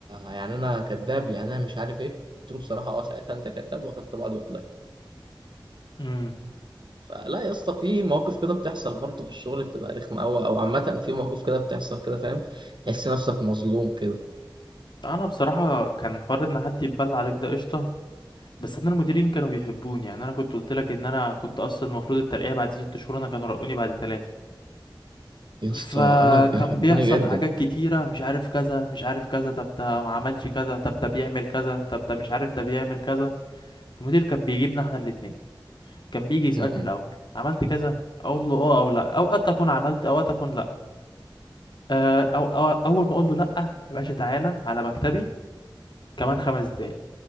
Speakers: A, on the right; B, on the left.
A: يعني انا كذاب يعني انا مش عارف ايه قلت له بصراحه اه ساعتها انت كذاب واخدت بعض وطلعت
B: امم
A: فلا يا اسطى في مواقف كده بتحصل برضه في الشغل بتبقى رخمه قوي او عامه في مواقف كده بتحصل كده فاهم تحس نفسك مظلوم كده
B: انا بصراحة كان حوار ان حد يتبلى عليك ده قشطة بس انا المديرين كانوا بيحبوني يعني انا كنت قلت لك ان انا كنت اصلا المفروض الترقية بعد ست شهور انا كانوا رقوني بعد ثلاثة
A: يا اسطى
B: فكان
A: انا بيحبوني
B: بيحصل
A: جدا
B: حاجات كتيرة مش عارف كذا مش عارف كذا طب ده ما عملش كذا طب ده بيعمل كذا طب ده مش عارف ده بيعمل كذا المدير كان بيجيبنا احنا الاتنين كان بيجي يسألني
A: م-م.
B: الاول عملت كذا اقول له اه او لا اوقات اكون عملت اوقات اكون لا آه، أو, أو اول ما اقول له لا يا باشا تعالى على مكتبي كمان خمس دقايق